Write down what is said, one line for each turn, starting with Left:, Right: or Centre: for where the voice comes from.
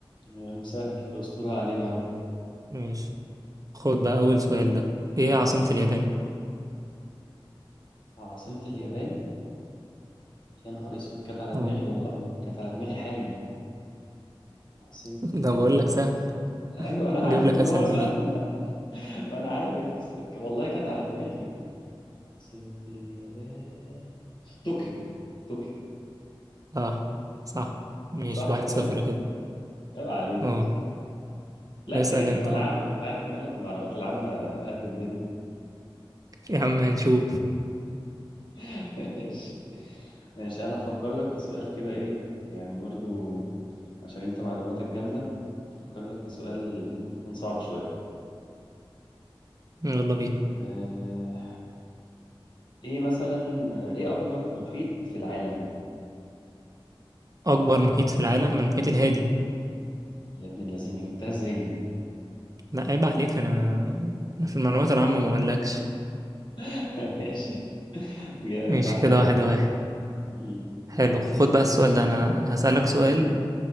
Left: يا مسهل استرها علينا يا رب
Right: ماشي خد بقى اول سؤال ده ايه هي عاصمة اليابان
Left: عاصمة اليابان يا نهار اسود كانت على دماغي
Right: اه
Left: والله كانت على دماغي حالا عاصمة
Right: <laughs>
Left: اليابان
Right: ده بقول لك سهل
Left: <laughs> ايوه انا عارف
Right: جيب لك
Left: ان
Right: اسهل
Left: هو سهل
Right: من ايه
Left: <laughs> وانا عارف بس والله كانت على دماغي عاصمة اليابان طوكيو طوكيو
Right: صح صح ماشي
Left: صح
Right: واحد
Left: كده؟
Right: صفر كده
Left: عيب عليك
Right: اه
Left: لا
Right: اسأل
Left: انت جالي
Right: انت
Left: في ملعبي
Right: بقى
Left: انت عارف ان انا في المعلومات العامة قد الدنيا
Right: يا عم هنشوف
Left: <laughs> ماشي ماشي انا هفكر لك في سؤال كده ايه يعني برضو عشان انت معلوماتك جامدة هفكر لك في سؤال يكون صعب شوية
Right: يلا بينا
Left: اه... ايه مثلا ايه اكبر محيط في العالم
Right: اكبر محيط في العالم من المحيط الهادي
Left: يا ابن اللذينة جبتها ازاي دي
Right: لا عيب عليك انا انا في المعلومات العامة ما اقولكش
Left: <laughs> ماشي جامد
Right: ماشي
Left: واحد
Right: كده
Left: واحد
Right: واحد واحد
Left: مم.
Right: حلو خد
Left: اس-
Right: بقى السؤال ده انا هسألك سؤال